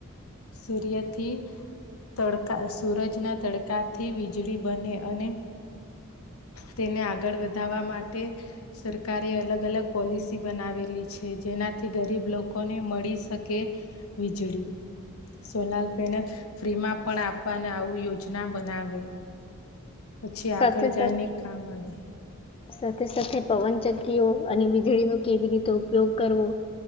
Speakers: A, on the left; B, on the left.
A: સૂર્યથી તડકા સૂરજના તડકાથી વીજળી બને અને તેને આગળ વધાવા માટે સરકારે અલગ અલગ પોલિસી બનાવેલી છે જેનાથી ગરીબ લોકોને મળી શકે વીજળી સોલાર પેનલ ફ્રીમાં પણ આપવાના આવું યોજના બનાવે પછી આગળ
B: સાથે
A: જાય
B: સાથે
A: ને કામ આવે
B: સાથે સાથે પવનચક્કીઓ અને વીજળીનો કેવી રીતે ઉપયોગ કરવો